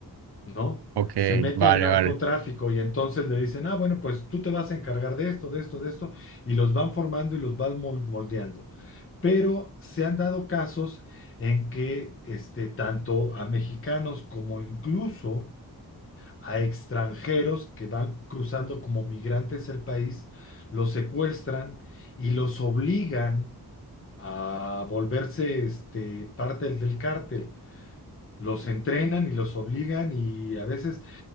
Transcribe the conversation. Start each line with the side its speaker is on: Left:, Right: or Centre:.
Left: ¿no?
Right: ok,
Left: Se mete
Right: vale,
Left: al narcotráfico
Right: vale.
Left: y entonces le dicen, ah, bueno, pues tú te vas a encargar de esto, de esto, de esto, y los van formando y los van mol- moldeando. Pero se han dado casos en que este, tanto a mexicanos como incluso a extranjeros que van cruzando como migrantes el país, los secuestran y los obligan a volverse este, parte del del cártel. Los entrenan y los obligan y a veces